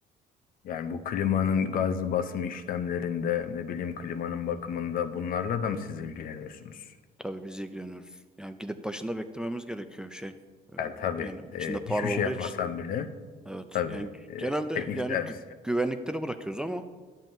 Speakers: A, on the left; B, in the centre.
A: Yani bu klimanın gaz basımı işlemlerinde, ne bileyim klimanın bakımında bunlarla da mı siz ilgileniyorsunuz?
B: tabii biz ilgileniyoruz. Yani gidip başında beklememiz gerekiyor şey. Ee,
A: Yani tabii,
B: yani içinde
A: e,
B: para
A: hiçbir
B: olduğu
A: şey yapmasan
B: için.
A: bile
B: Evet.
A: tabii
B: Yani
A: e,
B: genelde
A: teknik
B: yani
A: servis.
B: gü- güvenlikleri bırakıyoruz ama